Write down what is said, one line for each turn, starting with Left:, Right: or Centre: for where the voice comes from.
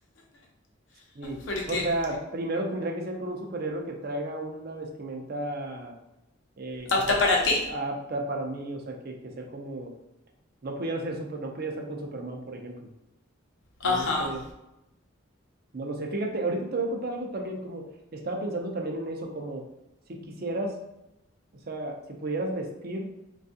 Right: sí
Left: Porque
Right: o sea, primero tendría que ser con un superhéroe que traiga una vestimenta eh,
Left: apta
Right: que sea
Left: para ti.
Right: apta para mí, o sea, que, que sea como, no pudiera ser super, no pudiera estar con Superman, por ejemplo.
Left: Ajá,
Right: No lo sé. No lo sé. Fíjate, ahorita te voy a contar algo también, como estaba pensando también en eso, como si quisieras, o sea, si pudieras vestir,